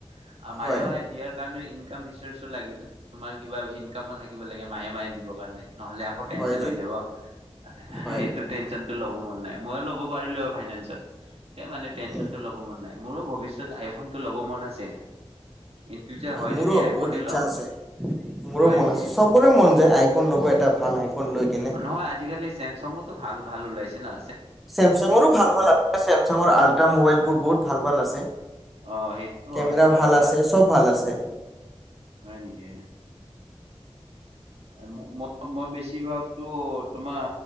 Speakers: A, on the right (about 70°); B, in the centre.
A: <unintelligible> মাহে
B: হয়
A: মাহে দিয়াৰ কাৰণে ইনকাম ৰিচৰ্চো লাগিল । তোমাৰ কিবা ইনকামো থাকিব লাগে মাহে মাহে দিবৰ কাৰণে। <unintelligible> নহলে আকৌ টেনচন
B: হয় য
A: হৈ যাব ।
B: হয়
A: সেইটো টেনশচনতটো ল'ব মন নাই মই ল'ব পাৰিলো হয় ফাইনেন্সত এই মানে টেনছন
B: উম,
A: ল'ব মন নাই। মোৰো ভৱিষ্যয়ত আইফোন টো লব মন আছে। <unintelligible>
B: হয় মোৰো
A: যদি আইফোনে
B: বহুত ইচ্ছা
A: ল'ম
B: আছে মোৰো
A: হয়
B: মন
A: নেকি
B: আছে চবৰে মন যাই আইফোন ল'ব এটা ভাল আইফোন লৈ কেনে
A: নহয় আজি কালি ছেম চগটো ভাল ভাল ওলাইছে না
B: চছেমচাঙৰো ভাল ভাল আছে চেমচাঙৰ আল্ট্ৰা মোবাইলবোৰ বহুত ভাল ভাল আছে
A: অ সেইটো
B: কেমেৰা
A: হয় আল্ট্ৰাছ
B: ভাল আছে চব ভাল আছে।
A: হয় নেকি উম মই মই বেছিভাগতো তোমাৰ